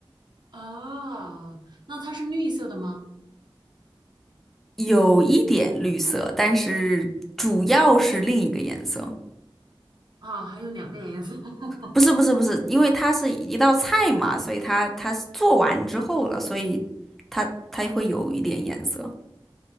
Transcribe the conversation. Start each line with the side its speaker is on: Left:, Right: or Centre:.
Right: 啊，那它是绿色的吗？
Centre: 有一点绿色，但是主要是另一个颜色。
Right: 啊，还有两个颜色 <laughs>
Centre: 不是不是不是，因为它是一道菜嘛，所以它它是做完之后了，所以它它会有一点颜色。